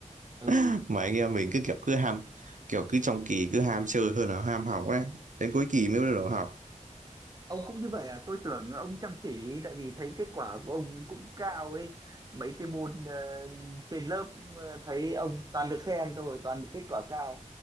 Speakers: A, on the right; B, on the right.
A: Ừ.
B: <laughs> mà anh em mình cứ kiểu cứ ham kiểu cứ trong kỳ cứ ham chơi hơn là ham học ấy đến cuối kỳ mới bắt đầu học
A: ông cũng như vậy à tôi tưởng ông chăm chỉ tại vì thấy kết quả của ông cũng cao ấy mấy cái môn ờ, trên lớp ờ, thấy ông toàn được khen thôi toàn được kết quả cao